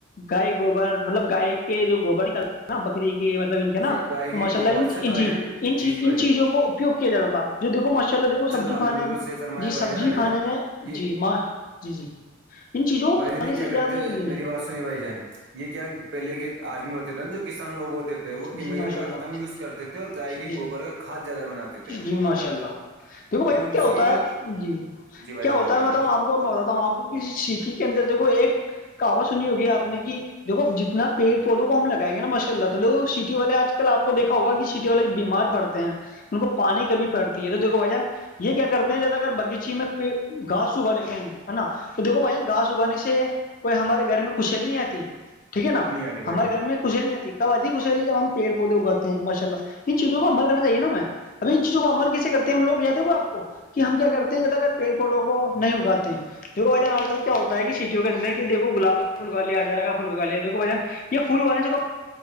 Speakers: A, on the left; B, on the right.
A: گائے گوبر مطلب گائے کے جو گوبر نکل بکری کی مطلب ان کے نا
B: جی گائے کے
A: تو ماشاء
B: گوبر
A: اللہ
B: سے بھائی
A: جیی
B: جان جی جی بھائی
A: ان
B: جان
A: چیزوں کو پوک کیا چل تھا <unintelligible> جوی دیکھو ماشاء اللہ دیکھو سبزی
B: آپ
A: کھانے
B: نے بالکل
A: میں
B: صحیح فرمایا
A: جی
B: بھائی
A: سبزی
B: جان
A: کھانے میں
B: یہ
A: جی ماں جی جی <unintelligible> ان چیزوں کو
B: بھائی
A: کھانے
B: جان یہ کیا
A: سے
B: کرتے
A: یام میں خری ہے
B: میری بات سنی بھائی جان یہ کیا پہلے کے آدمی ہوتے تھے نا جو کسان لوگ ہوتے تھے وہ کیمیکل
A: جی ماشاء
B: کا
A: اللہ
B: کم یوز کرتے تھے اور گائے کے
A: جی
B: گوبر کا کھاد زیادہ بناتے تھے
A: جی ماشاء اللہ دیکھو بھائی
B: یہ ان
A: کیا ہوتا
B: سے ہی
A: ہے جی
B: جی بھائی
A: کیا
B: جان
A: ہوتا
B: فرمائیے
A: ہے بتاؤں آپ میں بتاتا ہوں آپ کو کسی سٹی کے اندر دیکو ایک کہو سنی ہوگی آپ نے کہ دیکو جتنا پیڑ پودوں کم لگائے گ نا ماشاء اللہ تو سٹی والے آج کل آپ کو دیکا ہوگا کہ سٹی والے بیمار پڑتے ہیں ان کو پانی کمی پڑتی ہے تو دیکھو بھ جان <unintelligible> یہ کیا کرتے ہیں جا اگر بغیچے میں گھاس اگا لیتے ہیں نا تو دیکھو بھائی جان گاس اگانے سے کوئی ہمارے گھر میں خوشلی نہیں آتی ٹھیک ہے نا
B: نہیں آتی بھائی
A: ہمارےھر
B: جان
A: میں ک خشھلییا آتی کبدھی خشیلی جب ہم پڑ پودے اگاتے ہیں ماشاء اللہ ان چیزوں کومل کرنا چاہی نا میں اھی ان چیز کو عمل کیس کرتے ہیں ہم لو یاد د گا آپ کو کہ ہم کیا کرتے ہیں زیاداگر پیڑ پودوں کو نہیں اگاتے دیکو وجن آج کل کیا ہوتا ہے سیٹی کے انر کہ دیکو گلاب کاھ گایاجارا کا پھ گایا دیکو وجن <unintelligible> یہ فھول بنے سے